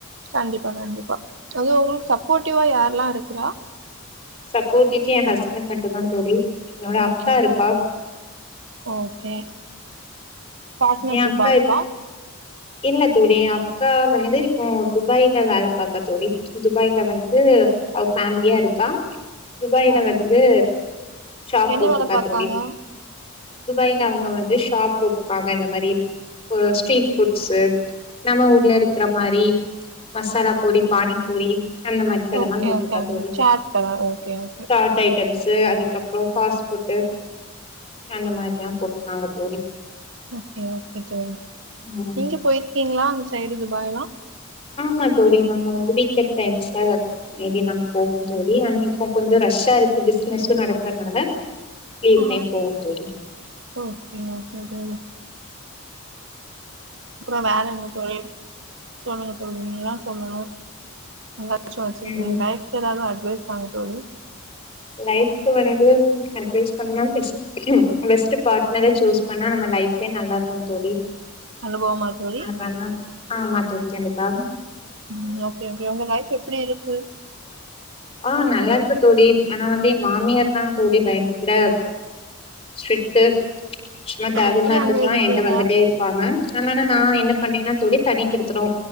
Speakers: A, on the right (about 55°); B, on the left (about 25°).
A: கண்டிப்பா கண்டிப்பா அது உங்களுக்கு சப்போர்ட்டிவா யாரெல்லா இருக்குறா
B: சப்போர்டிஸே என் ஹஸ்பண்ட் மட்டுந்தான் தோழி என்னோட
A: ஓகே
B: அக்கா இருப்பா
A: ஓகே பாட்னர்ஷிப்பாக்கா
B: என் அக்கா இப் இல்ல தோழி என் அக்கா வந்து இப்போ துபாய்ல வேல பாக்கா தோழி துபாய்ல வந்து அவ ஃபேமிலியா இருக்கா துபாய்ல
A: ஓகே.
B: வந்து ஷாப்
A: என்ன
B: போட்டிருக்கா
A: வேல பாக்காங்க?
B: தோழி துபாய்ல அவுங்க வந்து ஷாப் போட்டிருக்காங்க இந்த மாரி ஒரு ஸ்ட்ரீட் ஃபுட் <unintelligible> நம்ம ஊர்ல இருக்கிற மாரி மசாலாப்பூரி பானிப்பூரி அந்த மாரி கடல்லா
A: ஓகே,
B: போட்டிருக்கா
A: ஓகே. அந்த
B: தோழி
A: சேர் கடை. Okay, okay.
B: Chaat items அதுக்கப்புறோ ஃபாஸ்ட் ஃபுட்டு அந்த மாரில்லா போட்ருக்காங்க தோழி
A: ஓகே ஓகே தோழி
B: ம்
A: நீங்க போயிருக்கீங்களா அந்த சைடு துபாய்லா
B: ஆமா தோழி நாங்க வந்து வீக்கெண்ட் டைம்ஸ்லா வந் மேபீ நாங்க போவோ தோழி ஆனா இப்ப கொஞ்சோ ரஷ்ஷா இருக்கு பிசினஸ்ஸு நடக்கறதுனால ஃப்யு
A: ஆ.
B: டைம் போவோ தோழி
A: ஓகே ஓகே தோழி அப்புறோ வேற என்ன தோழி சொல்லுங்க தோழி நீங்கதா சொல்லணு எதாச்சு வச்சிருப்பீங்கலே
B: ம்
A: எதாது அட்வைஸ் பன்னுங்க தோழி
B: லைஃப்க்கு வந்து அட்வைஸ் பண்ணா பெஷ் ட் பெஸ்ட்டு பாட்னர சூஸ் பண்ணா நம்ம லைஃப்பே நல்லா இருக்குனு தோழி
A: அனுபவமா தோழி?
B: அதெல்லா ஆமா தோழி கண்டிபா
A: ம் ஓகே ஓகே உங்க லைஃப் எப்புடி இருக்கு
B: ஆ நல்லா இருக்கு தோழி ஆனா வந்து என் மாமியார்தா தோழி பயங்கர ஸ்ட்ரிக்ட் டு சும்மா தேவ
A: எப்படி
B: இல்லாததுக்கெல்லா
A: அங்க இருக்கீங்க?
B: என்ட்ட வந்துட்டே இரு ப்பாங்க ஆனா நா என்ன பண்ணேன்னா தோழி தனிக்குடித்தனோ